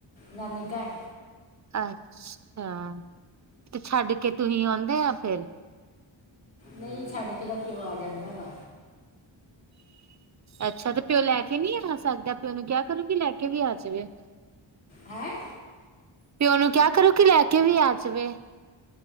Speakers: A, on the left; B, on the right.
A: ਨਾਨੀ ਘਰ।
B: ਅੱਛਾ ਤੇ ਛੱਡ ਕੇ ਤੁਹੀ ਆਉਂਦੇ ਆ ਫੇਰ।
A: ਨਈ ਛੱਡ ਕੇ ਏਦਾ ਪਿਓ ਆ ਜਾਂਦਾ ਵਾ।
B: ਅੱਛਾ ਤੇ ਪਿਓ ਲੈ ਕੇ ਨੀ ਆ ਸਕਦਾ, ਪਿਓ ਨੂੰ ਕਿਆ ਕਰੋ ਕੀ ਲੈ ਕੇ ਵੀ ਆ ਜਵੇ।
A: ਹੈਂ।
B: ਪਿਓ ਨੂੰ ਕਿਆ ਕਰੋ ਕੀ ਲੈ ਕੇ ਵੀ ਆ ਜਵੇ।